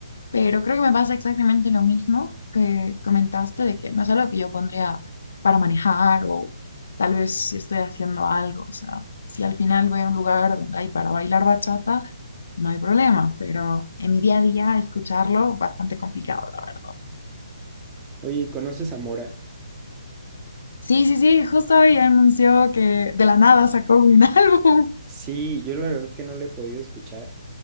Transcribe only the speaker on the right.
Oye, ¿y ¿conoces a Mora?
Sí, yo la verdad que no le he podido escuchar.